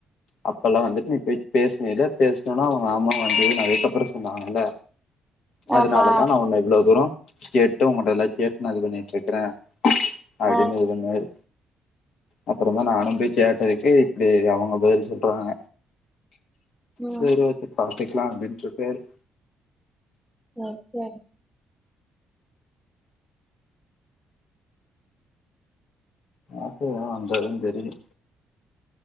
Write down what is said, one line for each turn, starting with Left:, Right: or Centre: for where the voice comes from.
Left: அப்பெல்லா வந்துட்டு நீ போயி பேசினல பேசினோன அவுங்க ஆமா வந்துதுன்னு அதுக்கப்பறோ சொன்னாங்கல்ல அதனாலதா
Centre: ஆமா
Left: நா ஒன்ன இவ்ளோ தூரோ கேட்டு ஒங்களட்ட லா கேட்டு நா இது பண்ணிட்டு இருக்குறே அப்டினு
Centre: ஆ
Left: உரிமயாரு அப்றோ தா நானு போய் கேட்டதுக்கே இப்டி அவுங்க பதில் சொல்றாங்க
Centre: ம்
Left: சரி ஓகே பாத்துக்கலா அப்டின்ட் <unintelligible>
Centre: சேர் சேர்
Left: ஆப்பூவா வந்தாதா தெரியு